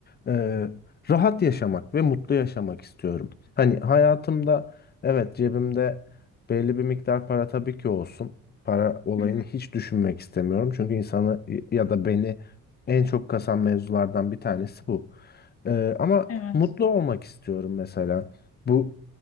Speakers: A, on the left (about 35°); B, on the left (about 50°).
A: e, rahat yaşamak ve mutlu yaşamak istiyorum. Hani hayatımda evet cebimde belli bir miktar para tabii ki olsun. Para olayını
B: Hı hı.
A: hiç düşünmek istemiyorum. Çünkü insanı e, ya da beni en çok kasan mevzulardan bir tanesi bu. E, ama
B: Evet.
A: mutlu olmak istiyorum mesela. Bu